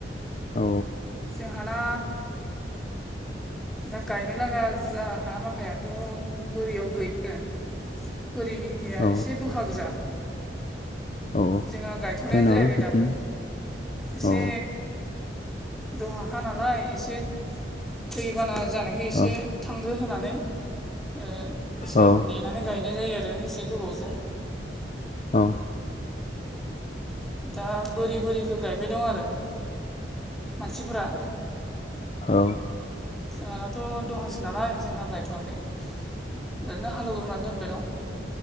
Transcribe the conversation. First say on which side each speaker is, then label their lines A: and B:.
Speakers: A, on the left; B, in the centre.
A: औ
B: जोंहाना दा गायनो लागा जा हा माखायाथ' बोरियाव गैयो बोरिनि गैया
A: औ
B: एसे दहा गोजा
A: औ
B: जोंहा गायथ'नायानो
A: जोंनाबो
B: जायाखै
A: बिदिनो
B: दाबो एसे
A: औ
B: दहा हा नालाय एसे दैैबाना जानायखो एसे
A: औ
B: थांग्रो होनानै ओ एसे
A: औ
B: नेनानै गायनाय जायो आरो एसे गोबावजों
A: औ
B: दा बोरि बोरिखौ गायबाय दं आरो मानसिफोरा
A: औ
B: जोंहानाथ' दहासो नालाय जोंहा गायथ'वाखै ओरैनो हालौवग्रोना दोनबाय दं।